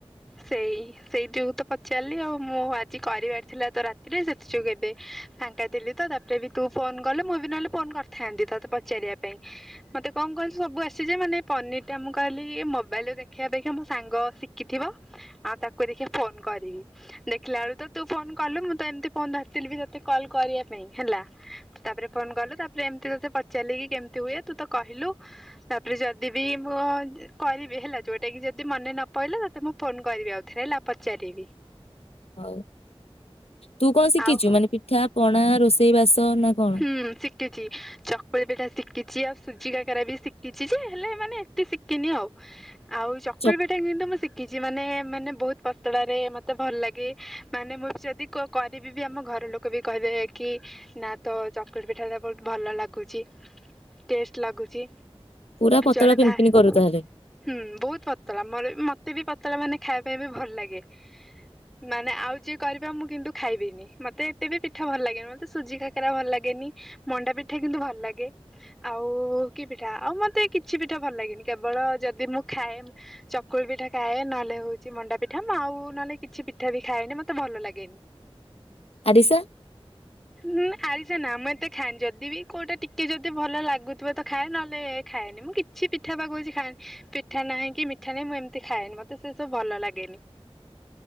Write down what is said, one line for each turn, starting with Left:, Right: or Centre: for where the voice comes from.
Centre: ସେଇ, ସେଇ ଯୋଗୁ ତ ପଚାରିଲି ଆଉ। ମୁଁ ଆଜି କରିବାର ଥିଲା ତ ରାତିରେ, ସେଥି ଯୋଗୁ ଏବେ ଫାଙ୍କା ଥିଲି ତ, ତାପରେ ବି ତୁ ଫୋନ୍ କଲୁ। ମୁଁ ବି ନହେଲେ ଫୋନ୍ କରିଥାନ୍ତି, ତୋତେ ପଚାରିବା ପାଇଁ। ମତେ କଣ କହିଲ, ସବୁ ଆସେ ଯେ ମାନେ ପନିରଟା, ମୁଁ କହିଲି, ମୋବାଇଲରେ ଦେଖିବା ଅପେକ୍ଷା ମୋ ସାଙ୍ଗ ଶିଖିଥିବ। ଆଉ ତାକୁ ଦେଖିଆ ଫୋନ୍‌ କରିବି। ଦେଖିଲାଳୁ ତୁ ଫୋନ୍‌ କଲୁ, ମୁଁ ତ ଏମିତି ଫୋନ୍‌ ଧରିଥିଲି ବି ତତେ କଲ୍ କରିବା ପାଇଁ ହେଲା। ତାପରେ ଫୋନ କଲୁ, ତାପରେ ଏମିତି ତତେ ପଚାରିଲି କି କେମିତି ହୁଏ, ତୁ ତ କହିଲୁ। ତାପରେ ଯଦି ବିି ମୁଁ କରିବି, ହେଲା, ଯୋଉଟା କି ଯଦି ମନେ ନ ପଇଲା, ତତେ ମୁଁ ଫୋନ୍‌ କରିବି ଆଉଥରେ, ହେଲା, ପଚାରିବି।
Left: ହଉ, ତୁ କଣ ଶିଖିଛୁ?
Centre: ଆଉ
Left: ମାନେ ପିଠା ପଣା, ରୋଷେଇ ବାସ ନା କଣ?
Centre: ହୁଁ, ଶିଖିଛିି। ଚକୁଳି ପିଠା ଶିଖିଛି, ଆଉ ସୁଜି କାକରା ବି ଶିଖିଛି ଯେ, ହେଲେ ମାନେ ଏତେ ଶିଖିନି ଆଉ। ଆଉ ଚକୁଳି
Left: ଚ
Centre: ପିଠା କିନ୍ତୁ ମୁଁ ଶିଖିଛି, ମାନେ, ମାନେ ବହୁତ ପତଳାରେ ମୋତେ ଭଲ ଲାଗେ, ମାନେ ମୁଁ ବି ଯଦି କରିବି ବି, ଆମ ଘର ଲୋକ ବି କହିବେ କି ନା, ତୋ ଚକୁଳି ପିଠାଟା ବହୁତ ଭଲ ଲାଗୁଛି, ଟେଷ୍ଟ ଲାଗୁଛି।
Left: ପୁରା ପତଳା
Centre: ଜଣେ
Left: ପିନ୍
Centre: ଭା
Left: ପିନ୍
Centre: ହୁଁ,
Left: କରୁ ତାହେଲେ
Centre: ବହୁତ ପତଳା। ମୋର ମତେ ବି ପତଳା ମାନେ ଖାଇବା ପାଇଁ ବି ଭଲ ଲାଗେ। ମାନେ, ଆଉ ଯିଏ କରିଵେ, ମୁଁ କିନ୍ତୁ ଖାଇବିନି। ମତେ ଏତେ ବି ପିଠା ଭଲ ଲାଗେନି। ମତେ ସୁଜି କା ଭଲ ଲାଗେନି, ମଣ୍ଡା ପିଠା କିନ୍ତୁ ଭଲ ଲାଗେ। ଆଉ କି ପିଠା? ଆଉ ମତେ କିଛି ପିଠା ଭଲ ଲାଗେନି, କେବଳ ଯଦି ମୁଁ ଖାଏ ଚକୁଳି ପିଠା ଖାଏ, ନହେଲେ ହଉଛି ମଣ୍ଡା ପିଠା। ମୁଁ ଆଉ ନହେଲେ କିଛି ପିଠା ବି ଖାଏନି। ମତେ ଭଲ ଲାଗେନି।
Left: ଆରିସା।
Centre: ନାଁ। ଆରିସା ନା, ମୁଁ ଏତେ ଖାଏନି। ଯଦି ବିି କଉଟା ଟିକେ ଯଦି ଭଲ ଲାଗୁଥିବ, ତ ଖାଏ, ନହେଲେ ଖାଏନି। ମୁଁ କିଛି କିଛି ପିଠା ବା କଉଛି <unintelligible> ପିଠା ନାହିଁ କି ମିଠା ନାହିଁ ମୁଁ ଏମିତି ଖାଏନି, ମତେ ସେ ସବୁ ଭଲ ଲାଗେନି।